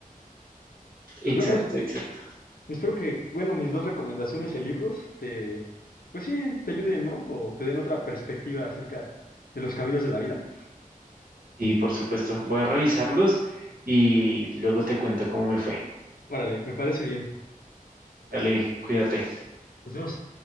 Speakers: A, on the left; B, on the right.
A: Pues
B: exacto,
A: bueno,
B: exacto.
A: espero que, bueno, mis dos recomendaciones en libros te, pues sí, te ayuden, ¿no? O te den otra perspectiva acerca de los caminos de la vida.
B: Y por supuesto, voy a revisarlos y luego te cuento cómo me fue.
A: Órale, me parece bien.
B: Dale, cuídate.
A: Nos vemos.